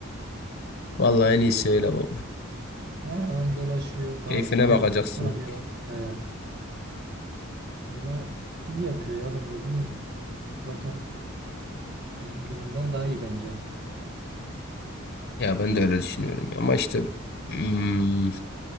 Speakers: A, on the left; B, on the right.
A: Vallahi en iyisi öyle baba.
B: Ha, adam dolaşıyor. Parasını
A: Keyfine bakacaksın.
B: alıyor. He, valla iyi yapıyor ya bence bilmiyorum. Zaten bizim durumdan daha iyi bence.
A: Ya ben de öyle düşünüyorum. Ama işte hmm,